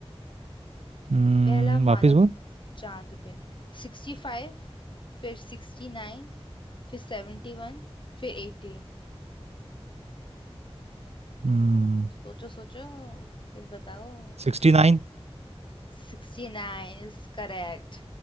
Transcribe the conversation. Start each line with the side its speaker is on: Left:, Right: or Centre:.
Right: हम्म
Left: पहला मानव
Right: वापस बोल
Left: चांद पे सिक्सटी फाइव फिर सिक्सटी नाइन फिर सेवेंटी वन फिर एट्टी
Right: हम्म
Left: सोचो सोचो फिर बताओ
Right: Sixty nine
Left: सिक्सटी नाइन इज करेक्ट